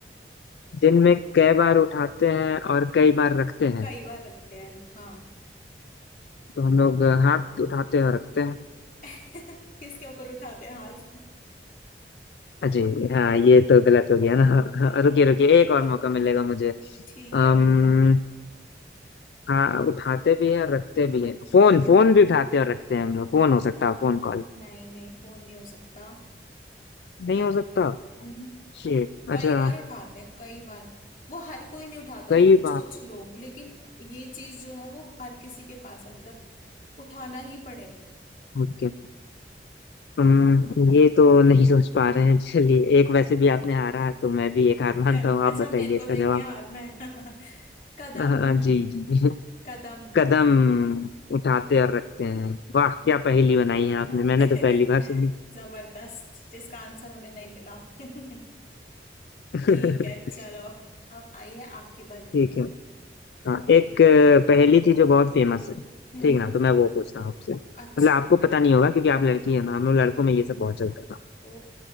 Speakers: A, on the left; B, on the left.
A: दिन में कई बार उठाते हैं और कई बार रखते हैं
B: कई बार रखते हैं हाँ
A: तो हम लोग हाथ उठाते हैं और रखते हैं
B: <laughs> किसके ऊपर उठाते हैं हाथ
A: अजी हाँ ये तो गलत हो गया ना <laughs>
B: हाँ
A: हाँ, रुकिए रुकिए एक और मौका मिलेगा मुझे
B: ठीक
A: अम्म
B: है ठीक है
A: हाँ उठाते भी है और रखते भी है फोन
B: हम्म
A: फोन भी उठाते हैं और रखते हैं हम लोग फोन हो सकता है Phone call
B: नहीं नहीं फोन नहीं हो सकता
A: नहीं हो सकता
B: हम्म।
A: शिट
B: कई
A: अच्छा
B: बार उठाते हैं कई बार वो हर कोई नहीं उठाता
A: कई
B: ना कुछ
A: बार
B: कुछ लोग लेकिन ये चीज जो है वो हर किसी के पास है मतलब उठाना ही पड़ेगा
A: ओके हम्म ये तो नहीं सोच पा रहे हैं चलिए एक वैसे भी आपने हारा तो मैं भी एक हार मानता
B: <laughs>
A: हूँ
B: अच्छा
A: आप बताइए
B: मेरे को
A: इसका
B: देख
A: जवाब
B: के हारना है <laughs> कदम
A: अ, जी जी <laughs>
B: कदम
A: कदम उठाते और रखते हैं वाह क्या पहेली बनाई है आपने
B: है ना
A: मैंने
B: <laughs>
A: तो पहली बार सुनी
B: जबरदस्त जिसका आंसर हमें नहीं मिला <laughs>
A: <laughs>
B: ठीक है चलो अब आई है आपकी बारी
A: ठीक है हाँ एक अ, पहेली थी जो बहुत फेमस है
B: हम्म
A: ठीक
B: हम्म।
A: ना तो मैं वो पूछता हूँ आपसे मतलब
B: अच्छा
A: आपको पता नहीं होगा क्योंकि आप लड़की है ना हम लोग लड़कों में ये सब बहुत चलता था
B: ओ